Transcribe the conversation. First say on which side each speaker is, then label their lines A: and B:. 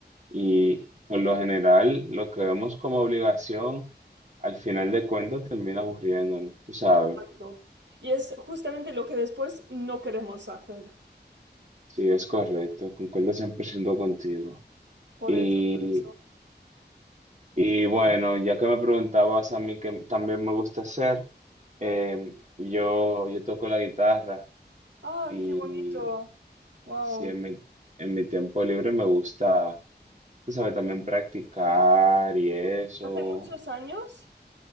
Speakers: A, on the right; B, on the right.
A: y por lo general lo que vemos como obligación, al final de cuentas termina aburriéndonos, tú sabes.
B: Exacto. Y es justamente lo que después no queremos hacer.
A: Sí, es correcto, concuerdo 100% contigo.
B: Por
A: Y
B: eso, por eso.
A: Y bueno, ya que me preguntabas a mí que también me gusta hacer, eh, yo, yo toco la guitarra
B: ¡Ah,
A: y
B: qué bonito! ¡Wow!
A: sí, en mi, en mi tiempo libre me gusta, tú sabes, también practicar y eso.
B: ¿Hace muchos años?